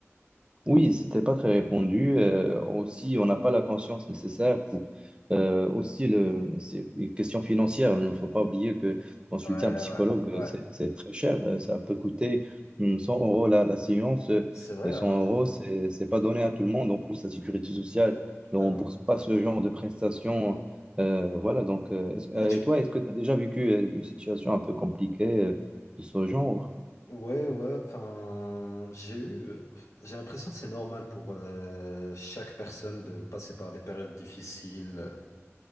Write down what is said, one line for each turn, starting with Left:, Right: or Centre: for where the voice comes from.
Right: Oui, c'était pas très répandu. Euh, aussi, on n'a pas la conscience nécessaire pour euh, aussi le. mais C'est une question financière. Il ne faut pas oublier que consulter
Left: Ouais, ouais,
Right: un psychologue,
Left: ouais.
Right: euh, c'est c'est très cher. Euh, Ça peut coûter hum, 100 euros la, la séance. euh,
Left: C'est vrai
Right: Et
Left: alors.
Right: 100 euros, c'est c'est pas donné à tout le monde. En plus, la sécurité sociale ne
Left: Ah.
Right: rembourse pas ce genre de prestations. Euh, voilà. Donc, euh, est-ce- euh,
Left: Et tu-
Right: et toi, est-ce que tu as déjà vécu euh, une situation un peu compliquée euh, de ce genre?
Left: Ouais, ouais, enfin, j'ai eu, euh, j'ai l'impression que c'est normal pour euh, chaque personne de passer par des périodes difficiles. euh,